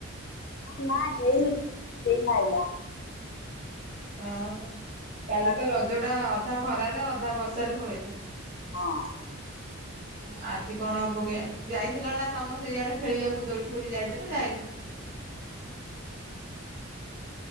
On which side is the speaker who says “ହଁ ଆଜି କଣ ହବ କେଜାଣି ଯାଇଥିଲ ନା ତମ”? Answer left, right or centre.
Right